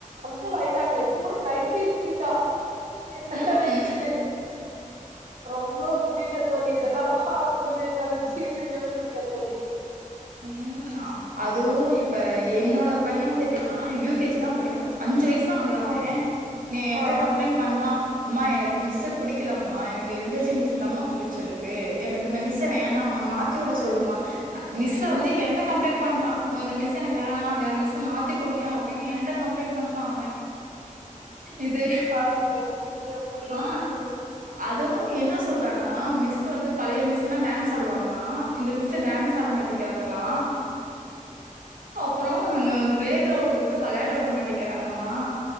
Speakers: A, on the right; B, on the right.
A: அங்கல் ஆயிட்டாங்க இப்ப கூட நைன்டிஸ் கிட்டா என்ன
B: ம்
A: இது ரொம்போ முடில தோழி இதெல்லா பாக்கும்போது என்னால ஜீர்ணிக்கவே முடில தோழி
B: ம் அதுவு இப்ப என்னோட பையே வந்து எப்டின்னா யூகேஜி தா படிக்கிறா அஞ்சு வஏய்சு தா ஆகுது அவே
A: ஆ
B: நீ என்ட்ட
A: ஆ
B: கம்ப்ளைண்ட் பண்றா மா எனக்கு மிஸ்சு புடிக்கலமா எனக்கு எல்கேஜி மிஸ் தாமா புடிச்சிருக்கு எனக்கு இந்த மிஸ்ஸ வேணாமா மாத் த்தி வுட சொல்லுமா மிஸ்ஸ வந்து என்ட்ட கம்ப்ளைண்ட் பண்றா ஒ அந்த மிஸ் எனக்கு வேணா வேற மிஸ்ஸ மாத்தி குடுங்க அப்டின்னு என்ட்ட கம்ப்ளைண்ட் பண்றா அவ இது
A: பாருங்க எப்டி இருக்குன்னு
B: ஆ அதுவு என்னா சொல்றானா மிஸ்சு வந்து பழைய மிஸ்னா டான்ஸ் ஆடுவாங்ளா இந்த மிஸ் டான்ஸ் ஆட மாட் டிக்கிறாங்களா அப்றோ பிளே கிரவுண்ட்க்கு வெளயாட விட மாட்டிக்கிறாங்கம்மா